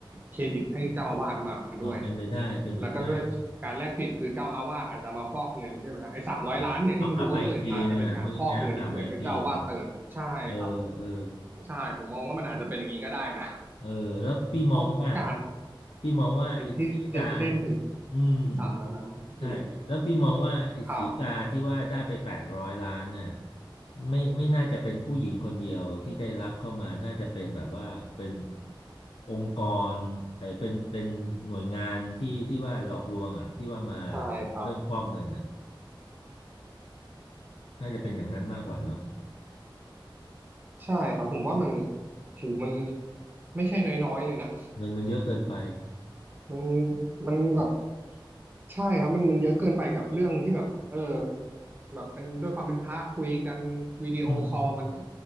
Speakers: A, on the right (about 25°); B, on the left (about 80°).
A: เครดิตให้เจ้าอาวาสมาด้วย
B: เออเป็นไปได้เป็นไปได้
A: แล้วก็ด้วยการแลกเปลี่ยนคือเจ้าอาวาสอาจจะมาฟอกเงินใช่ไหมฮะไอ้สามร้อยล้านเนี่ยที่มันดูว่าเวอร์เนี่ยอาจจะเป็นการฟอกเงินเหมือนเป็นเจ้าอาวาสเติมใช่ครับ
B: เออเอากลับมาอีกทีนึงอ่ะพูดง่ายๆเอากลับมาอีกทีนึงเออเออ
A: ใช่ผมมองว่ามันอาจจะเป็นอย่างนี้ก็ได้นะ
B: เออแล้วพี่มองว่า
A: เพราะการ
B: พี่มองว่าไอ้สีกา
A: ที่จะเล่นถึง
B: อืม
A: สามร้อยล้านคือ
B: ใช่แล้วพี่มองว่าไอ้สีกาที่ว่าได้ไปแปดร้อยล้านน่ะ
A: ครับ
B: ไม่ไม่น่าจะเป็นผู้หญิงคนเดียวที่ได้รับเข้ามาน่าจะเป็นแบบว่าเป็นองค์กรเออเป็นเป็นหน่วยงานที่ที่ว่าหลอกลวงอ่ะที่ว่ามาทำเรื่องฟอกเงินอ่ะ
A: ใช่ครับ
B: น่าจะเป็นอย่างนั้นมากกว่าเนอะ
A: ใช่ครับผมว่ามันถือมันไม่ใช่น้อยๆเลยนะ
B: เงินมันเยอะเกินไป
A: มันมันแบบใช่ครับมันมันเยอะเกินไปกับเรื่องที่แบบเออแบบเป็นด้วยความเป็นพระคุยกันวิดีโอคอลมันก็
B: อืม